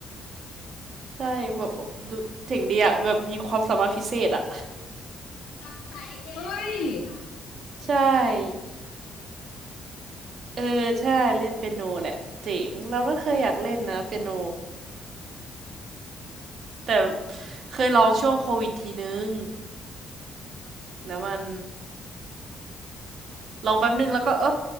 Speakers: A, on the right (about 55°); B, on the left (about 80°).
A: ใช่แบบดูถึงดีอะแบบมีความสามารถพิเศษอะ
B: รับใช้เกมเฮ้มยอะ
A: ใช่ เออใช่เล่นเปียโนแหละเจ๋งเราก็เคยอยากเล่นนะเปียโนแต่เคยลองช่วงโควิดทีนึงแล้วมันลองแป๊บนึงแล้วก็เอ